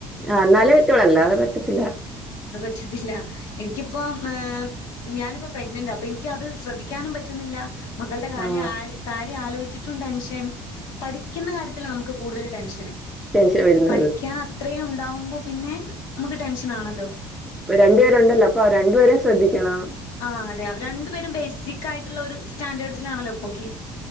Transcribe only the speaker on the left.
റ്റത്തില്ല എനിക്ക് ഇപ്പം ഏഹ് ഞാനിപ്പോ പ്രഗ്നന്റാ അപ്പൊ എനിക്കത് ശ്രദ്ധിക്കാനും പറ്റുന്നില്ല. മകളുടെ കാല്
ആഹ് കാ <unintelligible> ആലോചിച്ചിട്ടും ടെൻഷൻ പഠിക്കുന്ന കാര്യത്തിലാ നമുക്ക് കൂടുതൽ ടെൻഷന്.
പഠിക്കാൻ അത്രയും ണ്ടാവുമ്പോ പിന്നെ, നമുക്ക് ടെൻഷൻ ആണല്ലോ
ആഹ് അതെ. അവരണ്ടു പേരും ബേസിക് ആയിട്ടുള്ള ഒരു സ്റ്റാൻഡേർഡ്സിലാണല്ലോ ഇപ്പൊ ക്കി